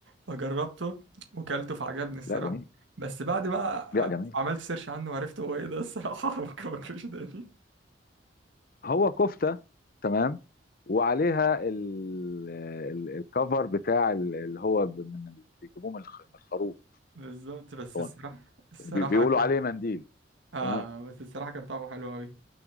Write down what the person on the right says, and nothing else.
فجربته وكلته فعجبني الصراحه
بس بعد بقى
عملت سيرش عنه وعرفت هو ايه ده الصراحه <laughs> ممكن ما باكلوش تاني
بالظبط بس
الصراحه الصراحه
كان
اه
بس الصراحه كان طعمه حلو قوي